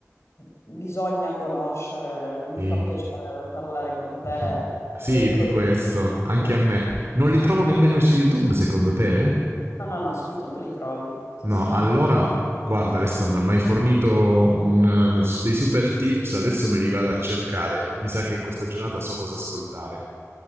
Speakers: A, on the left; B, on the right.
A: bisogna conoscere. Mi
B: Sì.
A: fa piacere
B: <laughs>
A: parlare con te.
B: Uh-huh. Sì,
A: E con-
B: di questo, anche a me. Non li trovo nemmeno su YouTube, secondo te?
A: No, no, no, su YouTube li trovi. Sì,
B: No,
A: sì,
B: allora, guarda Alessandro, mi hai fornito un, eh, s- dei super tips, adesso me li vado a cercare. Mi sa che in questa giornata so cosa ascoltare.